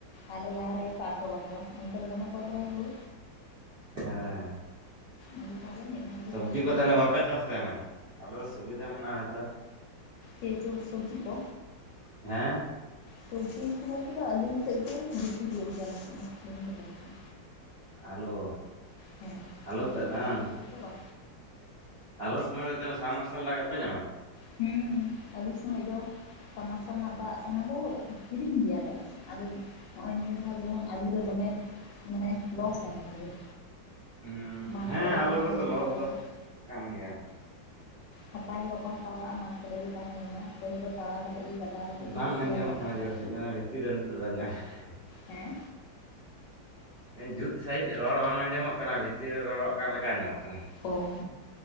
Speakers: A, on the left; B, on the right.
A: ᱟᱞᱮ ᱞᱟᱦᱟ ᱨᱮᱜᱮ ᱠᱚ ᱟᱴᱚᱵ ᱟᱠᱚ ᱩᱱᱠᱩ ᱫᱚ ᱫᱚᱢᱮ ᱠᱚ ᱨᱚᱦᱚᱭᱟ ᱦᱩᱲᱩ
B: ᱦᱮᱸ
A: ᱟᱫᱚ ᱛᱟᱦᱚᱞᱮ ᱫᱷᱟᱣ ᱜᱮ
B: ᱥᱚᱵᱽᱡᱤ
A: ᱪᱟᱥ
B: ᱠᱚ
A: ᱦᱩᱭᱩᱜᱼᱟ
B: ᱛᱟᱦᱚᱞᱮ ᱵᱟᱯᱮ ᱪᱟᱥ ᱛᱟᱦᱮᱱᱟ ᱟᱯᱮ ᱫᱚ ᱥᱩᱵᱤᱫᱟ ᱢᱮᱱᱟᱜᱼᱟ ᱦᱚᱭᱛᱚ
A: <unintelligible> ᱥᱚᱵᱽᱡᱤ ᱠᱚ
B: ᱦᱮᱸ
A: ᱥᱚᱵᱽᱡᱤ ᱠᱚ ᱵᱚᱞ ᱛᱮ ᱫᱚ ᱟᱹᱞᱤᱧ ᱥᱮᱫ ᱜᱮ ᱵᱮᱥᱤ ᱦᱩᱭᱩᱜ ᱜᱮᱭᱟ ᱟᱞᱮ ᱥᱮᱫ ᱫᱚ
B: ᱟᱹᱞᱩ
A: ᱦᱮᱸ
B: ᱟᱹᱞᱩ
A: ᱟᱫᱚ
B: ᱛᱮᱫ
A: ᱮᱴᱟᱜ
B: ᱦᱟᱝ
A: ᱥᱚᱵᱽᱡᱤ ᱠᱚᱫᱚ ᱵᱟᱝ
B: ᱟᱹᱞᱩ ᱥᱚᱢᱚᱭ ᱨᱮ ᱫᱚ ᱛᱟᱦᱚᱞᱮ ᱥᱟᱢ ᱢᱟᱨᱥᱟᱞ ᱫᱟᱜ ᱯᱮ ᱧᱟᱢᱟ
A: ᱦᱩᱸ ᱟᱹᱞᱩ ᱥᱚᱢᱟᱭ ᱫᱚ ᱥᱟᱢ ᱢᱟᱨᱥᱟᱞ ᱨᱮᱱᱟᱜ ᱫᱟᱜ ᱚᱱᱟ ᱫᱚ ᱠᱤᱨᱤᱧ ᱜᱮᱭᱟᱞᱮ ᱟᱫᱚ ᱱᱚᱜᱼᱚᱭ ᱱᱤᱭᱟᱹ ᱫᱷᱟᱣ ᱡᱮᱢᱚᱱ ᱟᱹᱞᱩ ᱨᱮ ᱫᱚᱢᱮ ᱢᱟᱱᱮ ᱞᱚᱥ ᱮᱱ ᱛᱟᱞᱮᱭᱟ
B: ᱦᱩᱸ,
A: ᱢᱟᱴᱷ
B: ᱦᱮᱸ
A: ᱠᱚᱨᱮ ᱜᱮ
B: ᱟᱞᱩ
A: ᱛᱟᱦᱮᱸᱭᱮᱱ
B: ᱨᱮᱫᱚ ᱞᱚᱥ
A: ᱛᱟᱞᱮᱭᱟ
B: ᱫᱚ ᱠᱟᱱ ᱜᱮᱭᱟ
A: ᱦᱟᱛᱟᱣ ᱜᱮ ᱵᱟᱠᱚ ᱦᱟᱛᱟᱣ ᱞᱟᱜᱼᱟ ᱢᱟᱴᱷ ᱠᱚᱨᱮ ᱜᱮ ᱛᱟᱦᱮᱸᱭᱮᱱᱟ ᱯᱟᱹᱦᱤᱞ ᱛᱟᱲᱟᱣ ᱠᱟᱛᱮᱫ ᱜᱮ ᱜᱟᱫᱟ ᱠᱟᱛᱮᱫ
B: ᱵᱟᱝ
A: ᱜᱮ ᱥᱮᱭᱟᱭᱮᱱ
B: ᱟᱸᱡᱚᱢᱚᱜ ᱠᱟᱱᱟ
A: ᱛᱟᱠᱚᱣᱟ
B: ᱡᱳᱨ ᱥᱟᱦᱤᱡ ᱫᱚᱢᱮ ᱵᱷᱤᱛᱤᱨ ᱨᱮ ᱱᱤᱛᱚᱜ ᱫᱚ ᱟᱸᱡᱚᱢᱚᱜ
A: ᱦᱮᱸ
B: ᱡᱩᱛ ᱥᱟᱺᱦᱤᱡ ᱨᱚᱲ ᱵᱟᱝ ᱟᱸᱡᱚᱢᱚᱜ ᱠᱟᱱᱟ ᱵᱷᱤᱛᱤᱨ ᱨᱮ ᱨᱚᱲᱚᱜ ᱠᱟᱱ ᱞᱮᱠᱟ ᱟᱸᱡᱚᱢᱚᱜ ᱠᱟᱱᱟ
A: ᱚᱸ